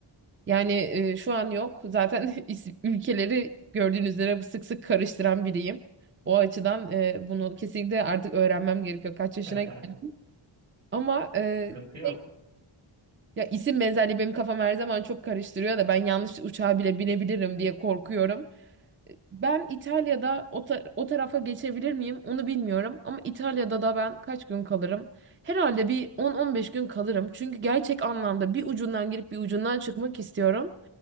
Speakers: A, on the right (about 25°); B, on the right (about 65°).
A: Yani e, şu an yok. Zaten <laughs> is- ülkeleri gördüğünüz üzere sık sık karıştıran biriyim. O açıdan e, bunu kesinlikle artık öğrenmem gerekiyor. Kaç yaşına
B: <laughs>
A: geldim. Ama e,
B: Sıkıntı yok.
A: şey, ya isim benzerliği benim kafam her zaman çok karıştırıyor da ben yanlış uçağa bile binebilirim diye korkuyorum. Ben İtalya'da o, ta- o tarafa geçebilir miyim onu bilmiyorum ama İtalya'da da ben kaç gün kalırım? Herhalde bir 10-15 gün kalırım. Çünkü gerçek anlamda bir ucundan girip bir ucundan çıkmak istiyorum.